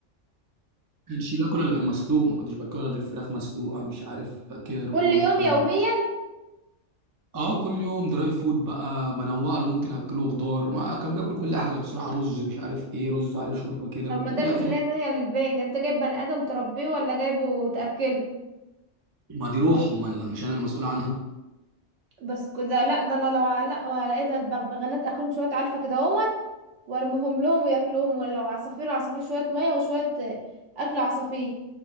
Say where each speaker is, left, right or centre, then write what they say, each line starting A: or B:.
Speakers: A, on the right; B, on the right.
A: كانش باكل الا غير مسلوق ما كنتش باكل الا غير فراخ مسلوقه مش عارف كده رجول
B: كل يوم
A: الكلام
B: يوميا
A: ده اه كل يوم دراي فود بقى بنوع له ممكن اكله خضار ما كان بياكل كل حاجه بصراحه رز مش عارف ايه رز عليه شوربه كده
B: طب
A: و-
B: ما ده
A: وليه
B: ميزانية
A: اكلات
B: تانية للبيت يعني انت جايب بني ادم تربيه ولا جايبه تأكله
A: ما دي روح امال مش انا المسؤول عنها
B: بس كده لا ده انا لو على لا وعلى ايه ده البغبغانات اكلهم شوية علفة كده اهوت وارميهم لهم وياكلوهم ولو عصافير عصافير شوية مية وشوية آه، اكل عصافير